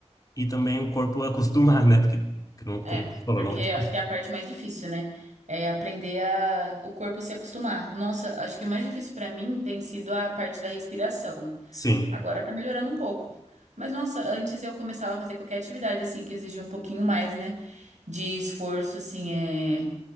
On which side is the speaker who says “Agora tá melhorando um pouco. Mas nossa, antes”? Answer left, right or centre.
Right